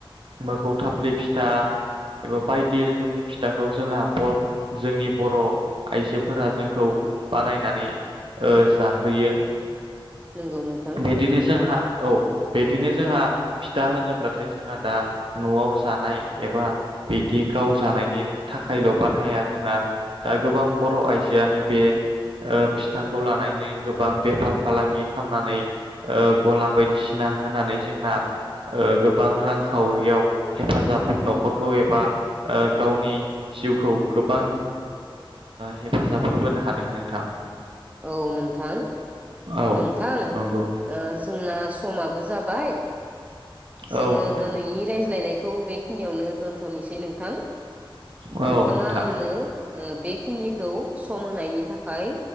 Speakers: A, on the right; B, on the right.
A: मोखौ थाफ्लि फिथा एबा बायदि रोखोमनि फिथाखौ जोंहा बर जोंनि बर' आइजोफोरा जोंखौ बानायनानै जाहोयो।
B: नंगौ नोंथां
A: बिदिनो जोंहा औ बिदिनो जोंहा फिथा होनोब्लाथाय जोंहा दा न'आव जानाय एबा बिदि गाव जानायनि थाखायल' बानाया जोंहा दा गोबां बर' आइजोआनो बे फिथाखौ लानानैनो गोबां बेफार फालांगि खालामनानै गला बायदिसिना होनानै जोंना गोबां रांखावरियाव हेफाजाब न'खरखौ बा गावनि जिउखौ गोबां हेफाजाब होबोनो हादों नोंथां
B: औ नोंथां
A: औ
B: नोंथां ओ
A: नंगौ
B: जोंना समा जाबाय जोङो
A: औ नोंथां
B: दिनैनि रायज्लायनाय - खौ बेखिनियावनो दोन्थनोसै नोंथां
A: औ
B: नोंथाङा
A: नोंथां
B: आंनो ओ बेखिनिखौ सम होनायनि थाखाय